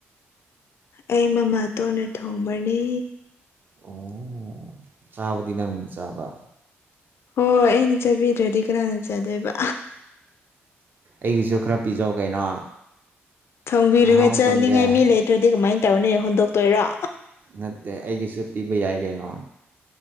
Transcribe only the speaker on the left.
ꯑꯩ ꯃꯃꯥꯇꯣꯟꯅ ꯊꯣꯡꯕꯅꯤ
ꯍꯣꯏ ꯍꯣꯏ ꯑꯩꯅ ꯆꯥꯕꯤꯗ꯭ꯔꯗꯤ ꯀꯅꯥꯅ ꯆꯥꯗꯣꯏꯕ
ꯊꯣꯡꯕꯤꯔꯒ
ꯆꯥꯅꯤꯡ
ꯉꯥꯏ ꯃꯤ ꯂꯩꯇ꯭ꯔꯗꯤ ꯀꯃꯥꯏꯅ ꯇꯧꯔꯅꯤ ꯍꯣꯟꯗꯣꯛ ꯇꯣꯏꯔꯣ